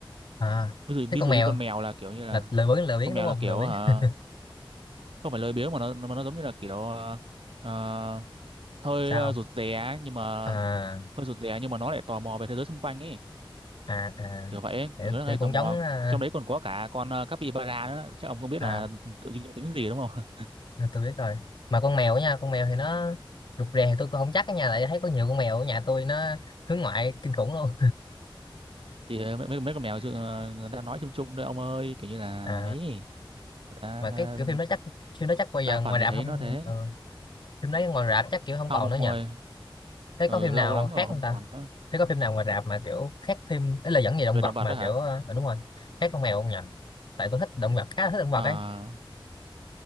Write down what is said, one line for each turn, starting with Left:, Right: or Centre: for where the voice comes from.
Left: à
Right: Ví dụ
Left: thế
Right: ví
Left: con
Right: dụ
Left: mèo
Right: như con mèo là kiểu như là
Left: là lười biếng lười
Right: con
Left: biếng
Right: mèo
Left: đúng
Right: là
Left: không
Right: kiểu
Left: lười biếng
Right: hả không phải lười biếng mà nó mà nó giống như là kiểu ờ, ờ, hơi
Left: sao
Right: ờ, rụt rè ấy, nhưng mà
Left: à
Right: hơi rụt rè nhưng mà nó lại tò mò về thế giới xung quanh ấy
Left: à à
Right: kiểu vậy ấy,
Left: kiểu,
Right: kiểu rất hay
Left: kiểu cũng
Right: tò mò
Left: giống à,
Right: trong đấy còn có cả con ờ, capybara nữa chắc ông không biết
Left: à
Right: là tượng trưng cho tính gì đúng không
Left: à, tôi biết rồi mà con mèo á nha con mèo thì nó rụt rè thì tôi cũng không chắc ở nhà lại thấy có nhiều con mèo ở nhà tôi nó hướng ngoại kinh khủng luôn
Right: <laughs> thì ờ, mấy mấy mấy con mèo chứ, ờ, người ta nói chung chung đấy ông ơi kiểu như
Left: <laughs>
Right: là
Left: à
Right: ấy người ta
Left: mà
Right: ờ,
Left: cái kiểu phim đó chắc phim đó chắc bây
Right: đa
Left: giờ
Right: phần
Left: ngoài
Right: thì
Left: rạp
Right: thấy
Left: không
Right: nó thế
Left: ừ. phim đấy ngoài rạp chắc kiểu không
Right: không
Left: còn
Right: ông
Left: nữa nhỉ
Right: ơi
Left: thế
Right: Ừ,
Left: có phim
Right: lâu
Left: nào
Right: lắm rồi
Left: khác không
Right: không
Left: ta
Right: còn nữa.
Left: thế có phim nào ngoài rạp mà kiểu khác phim ấy là dẫn về động
Right: Về
Left: vật
Right: động vật
Left: mà
Right: đó hả?
Left: kiểu ờ, ờ, đúng rồi khác con mèo không nhỉ tại tôi thích động vật khá là thích động vật
Right: À,
Left: ấy